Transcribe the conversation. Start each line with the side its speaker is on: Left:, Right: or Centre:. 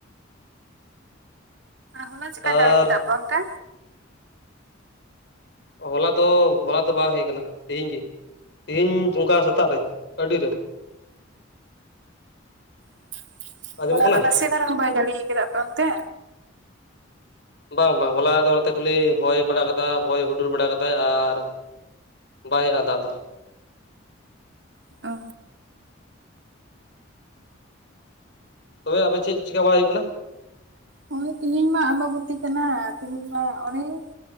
Right: ᱦᱚᱞᱟ ᱪᱮᱠᱟᱭ
Left: ᱟᱨ
Right: ᱡᱟᱹᱲᱤ ᱠᱮᱫᱟ ᱟᱯᱮᱚᱱᱛᱮ?
Left: ᱦᱚᱞᱟ ᱫᱚ ᱦᱚᱞᱟ ᱫᱚ ᱵᱟᱝ ᱦᱮᱡ ᱠᱟᱱᱟ ᱛᱮᱦᱤᱧ ᱜᱮ ᱛᱤᱦᱤᱧ ᱚᱱᱠᱟ ᱥᱮᱛᱟᱜ ᱨᱮ ᱟᱹᱲᱤᱨᱮ
Right: <inaudible>
Left: ᱟᱸᱡᱚᱢᱚᱜ
Right: ᱦᱚᱞᱟ
Left: ᱠᱟᱱᱟ
Right: ᱫᱚ ᱱᱟᱥᱮ ᱫᱷᱟᱨᱟ ᱦᱚᱸ ᱵᱟᱭ ᱡᱟᱹᱲᱤ ᱟᱠᱟᱫᱟ ᱟᱯᱮ ᱚᱱᱛᱮ
Left: ᱵᱟᱝ ᱵᱟᱝ ᱦᱚᱞᱟ ᱫᱚ ᱱᱚᱛᱮ ᱠᱷᱟᱹᱞᱤ ᱦᱚᱭ ᱵᱟᱲᱟ ᱠᱟᱫᱟ ᱦᱚᱭ ᱦᱩᱰᱩᱨ ᱵᱟᱲᱟ ᱠᱟᱫᱟᱭ ᱟᱨ ᱵᱟᱭ <unintelligible> ᱫᱟᱜ ᱫᱚ
Right: ᱚ
Left: ᱛᱚᱵᱮ ᱟᱫᱚ ᱪᱮᱫ ᱪᱤᱠᱟ ᱵᱟᱲᱟᱭ ᱦᱩᱭᱩᱜ ᱠᱟᱱᱟ?
Right: ᱦᱚᱭ ᱛᱤᱦᱮᱧ ᱢᱟ ᱟᱢᱵᱟᱵᱚᱛᱤ ᱠᱟᱱᱟ ᱛᱤᱦᱮᱧ ᱢᱟ ᱚᱱᱮ ᱾